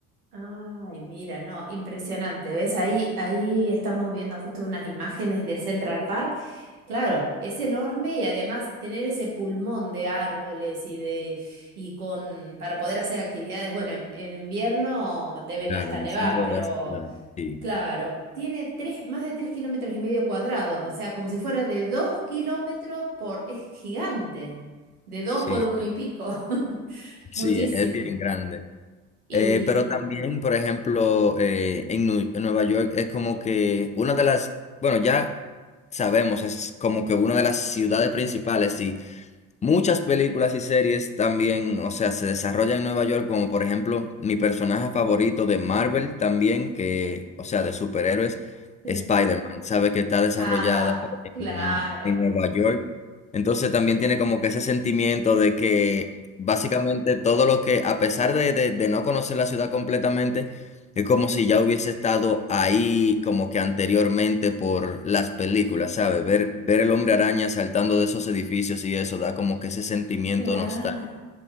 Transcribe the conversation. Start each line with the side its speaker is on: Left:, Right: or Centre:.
Right: Ay, mira, no, impresionante. ¿Ves? Ahí, ahí estamos viendo justo unas imágenes del Central Park. Claro, es enorme y además tener ese pulmón de árboles y de y con para poder hacer actividades. Bueno, en, en invierno deben
Left: Claro,
Right: hasta
Left: en
Right: nevar,
Left: el centro
Right: pero
Left: de la ciudad, sí,
Right: claro, tiene tres, más de tres kilómetros y medio cuadrados, o sea, como si fuera de dos kilómetros por, es gigante, de dos
Left: sí,
Right: por uno y pico, <laughs>
Left: sí,
Right: muchísimo.
Left: es bien grande.
Right: Y
Left: Eh, pero también, por ejemplo, eh, en, Nu- en Nueva York es como que una de las, bueno, ya sabemos, es como que una de las ciudades principales, sí, Muchas películas y series también, o sea, se desarrollan en Nueva York, como por ejemplo mi personaje favorito de Marvel también, que, o sea, de superhéroes,
Right: sí.
Left: Spider-Man, sabe que está desarrollada
Right: Ajá, claro.
Left: en, en Nueva York. Entonces también tiene como que ese sentimiento de que básicamente todo lo que, a pesar de, de de no conocer la ciudad completamente, es como si ya hubiese estado ahí como que anteriormente por las películas, ¿sabes? Ver, ver el hombre araña saltando de esos edificios y eso da como que ese sentimiento
Right: Claro.
Left: nostálgico.